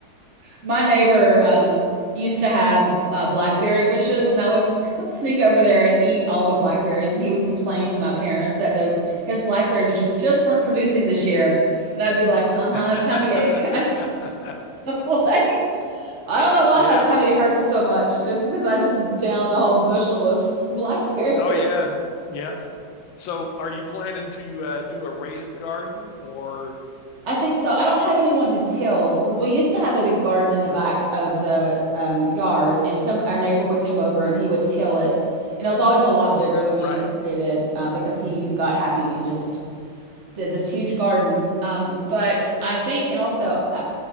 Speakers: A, on the right (about 45°); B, on the left (about 85°).
A: My neighbor um used to have uh, blackberry bushes and I would s- <laughs> sneak over there and eat all of the blackberries and he would complain to my parents that the his blackberry bushes just weren't producing this year and I'd be like, "Uh-huh,
B: <laughs>
A: tummy ache." <laughs> I'm Like I don't know why
B: Yeah.
A: my tummy hurts so much. It's because I just downed a whole bushel of <laughs> blackberries.
B: Oh yeah. Yeah. So are you planning to uh, do a raised garden or
A: I think so. I don't have anyone to till because we used to have a big garden in the back of the um, yard, and some our neighbor would come over and he would till it, and it was always a lot bigger than we
B: right?
A: anticipated uh, because he got happy and just did this huge garden. Um, but I think, and also I,